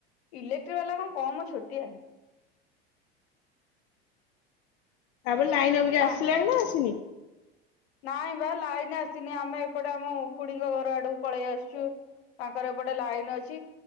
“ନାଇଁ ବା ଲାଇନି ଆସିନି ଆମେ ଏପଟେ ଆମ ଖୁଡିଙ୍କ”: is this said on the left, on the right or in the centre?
Left